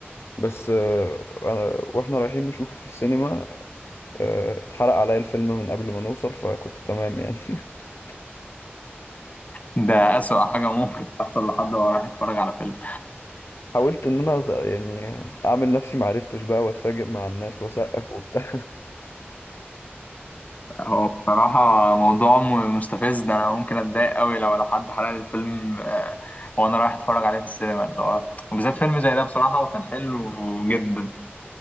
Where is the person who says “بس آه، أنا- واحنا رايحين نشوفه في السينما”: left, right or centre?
Left